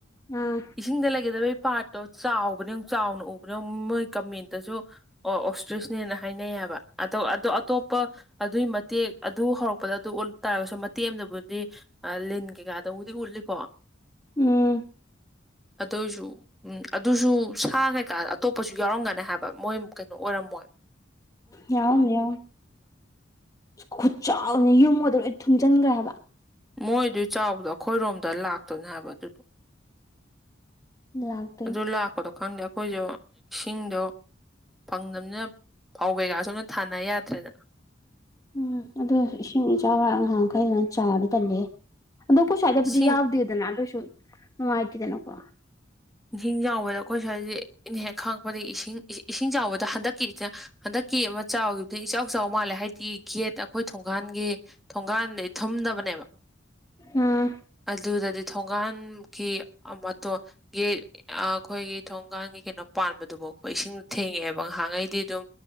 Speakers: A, on the left; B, in the centre.
A: ꯑꯥ
B: ꯏꯁꯤꯡꯤꯡꯗ ꯂꯩꯒꯦꯗꯕꯩ ꯄꯥꯔꯠꯇꯣ ꯆꯥꯎꯕꯅꯦ ꯆꯥꯎꯅ ꯎꯕꯅꯦ ꯃꯣꯏ ꯀꯃꯦꯟꯇꯁꯨ ꯑꯣ ꯑꯣꯁꯇ꯭ꯔꯤꯁꯅꯦꯅ ꯍꯥꯏꯅꯩꯌꯦꯕ ꯑꯗꯣ ꯑꯗꯣ ꯑꯇꯣꯞꯄ ꯑꯗꯨꯏ ꯃꯇꯦꯛ ꯑꯗꯨ ꯍꯧꯔꯛꯄꯗ ꯑꯗꯨ ꯎꯠꯂ ꯇꯥꯔꯒꯁꯨ ꯇꯦꯝꯅꯕꯨꯗꯤ ꯂꯤꯟ ꯀꯩꯀꯥꯗꯕꯨꯗꯤ ꯎꯠꯂꯤꯀꯣ
A: ꯎꯝ
B: ꯑꯗꯨꯏꯁꯨ ꯎꯝ ꯑꯗꯨꯁꯨ ꯁꯥ ꯀꯩꯀꯥ ꯑꯇꯣꯞꯄꯁꯨ ꯌꯥꯎꯔꯝꯒꯅꯤ ꯍꯥꯏꯕ ꯃꯣꯏ ꯑꯣꯏꯔꯝꯃꯣꯏꯕ
A: ꯌꯥꯎꯔꯅꯦ ꯌꯥꯎꯔ ꯈꯨꯠ ꯆꯥꯎꯅꯤ ꯌꯨꯝꯉꯗ ꯂꯣꯏ ꯊꯨꯝꯖꯤꯟꯈ꯭ꯔꯦ ꯍꯥꯏꯕ
B: ꯃꯣꯏꯗꯨ ꯆꯥꯎꯕꯗꯣ ꯑꯩꯈꯣꯏꯔꯣꯝꯗ ꯂꯥꯛꯇꯧꯅꯦ ꯍꯥꯏꯕ ꯑꯗꯨꯗꯣ
A: ꯂꯥꯛꯇꯣꯏꯅꯤ
B: ꯑꯗꯨ ꯂꯥꯛꯄꯗꯣ ꯈꯪꯗꯦ ꯑꯩꯈꯣꯏꯁꯨ ꯏꯁꯤꯡꯗꯣ ꯐꯪꯗꯕꯅꯤꯅ ꯐꯥꯎ ꯀꯩꯀꯥ ꯁꯣꯝꯅ ꯊꯥꯅ ꯌꯥꯗ꯭ꯔꯦꯗꯅ
A: ꯎꯝ ꯑꯗꯨꯗ ꯏꯁꯤꯡ ꯏꯆꯥꯎꯥꯡ ꯉꯍꯥꯡꯈꯩ ꯉ ꯆꯥꯔꯗꯤ ꯇꯜꯂꯦ ꯑꯗꯣ ꯀꯣꯏ ꯁ꯭ꯋꯥꯏꯗꯕꯨꯗꯤ
B: ꯏꯁꯤꯡ
A: ꯌꯥꯎꯗꯦꯗꯅ ꯑꯗꯨꯁꯨ ꯅꯨꯡꯉꯥꯏꯇꯦꯗꯅꯀꯣ
B: ꯏꯁꯤꯡ ꯆꯥꯎꯕꯗ ꯑꯩꯈꯣꯏ ꯁ꯭ꯋꯥꯏꯁꯦ ꯏ ꯍꯦꯛ ꯈꯪꯉꯛꯄꯗꯒꯤ ꯏꯁꯤꯡ ꯏꯁꯤꯡ ꯆꯥꯎꯕꯗ ꯍꯟꯗꯛꯀꯤ ꯍꯟꯗꯛꯀꯤ ꯑꯃ ꯆꯥꯎꯈꯤꯕꯗꯨꯅ ꯏꯆꯥꯎ ꯆꯥꯎ ꯃꯥꯜꯂꯦ ꯍꯥꯏꯗꯤ ꯒꯦꯠ ꯑꯩꯈꯣꯏ ꯊꯣꯡꯒꯥꯟꯒꯤ ꯊꯣꯡꯒꯥꯟꯗꯩ ꯊꯨꯝꯗꯕꯅꯦꯕ
A: ꯎꯝ
B: ꯑꯗꯨꯗꯗꯤ ꯊꯣꯡꯒꯥꯟꯒꯤ ꯃꯇꯣ ꯒꯤ ꯑꯩꯈꯣꯏꯒꯤ ꯊꯣꯡꯒꯥꯟꯒꯤ ꯀꯩꯅꯣ ꯄꯥꯟꯕꯗꯨꯐꯥꯎ ꯑꯩꯈꯣꯏ ꯏꯁꯤꯡꯗ ꯊꯦꯡꯉꯛꯑꯦꯕ ꯉꯥꯏꯍꯉꯩꯗꯤ ꯑꯗꯨꯝ